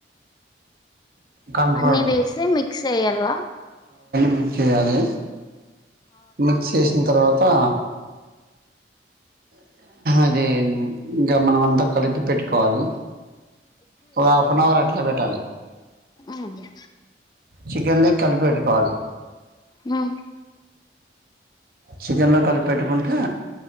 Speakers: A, on the right (about 55°); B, on the left (about 25°).
A: కన్ఫర్మ్
B: అన్ని వేసి మిక్స్ యేయాల
A: మిక్స చేయాలి. మిక్స్ చేసిన తర్వాతా ఇది ఇంక మనం అంతా కలిపి పెట్టుకోవాలి. ఒక హాఫ్ అన్ అవర్ అట్ల పెట్టాలి.
B: ఔనా
A: చికెన్ లెక్ కలిపెట్టుకోవాలి.
B: ఆ
A: చికెన్ లో కలిప్పేట్టుకుంటే.